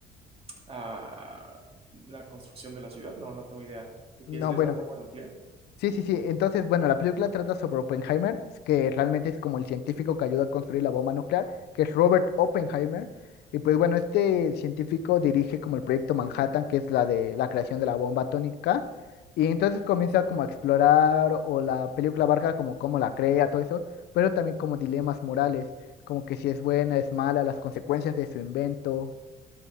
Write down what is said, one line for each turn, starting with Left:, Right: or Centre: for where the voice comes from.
Right: a la construcción de la ciudad. No, no tengo idea de qué
Left: No,
Right: es. ¿Es
Left: bueno,
Right: la bomba nuclear?
Left: Sí, sí, sí. Entonces, bueno, la película trata sobre Oppenheimer, que realmente es como el científico que ayuda a construir la bomba nuclear, que es Robert Oppenheimer. Y pues bueno, este científico dirige como el proyecto Manhattan, que es la de la creación de la bomba atómica. Y entonces comienza como a explorar, o la película abarca como cómo la crea, todo eso, pero también como dilemas morales, como que si es buena, es mala, las consecuencias de su invento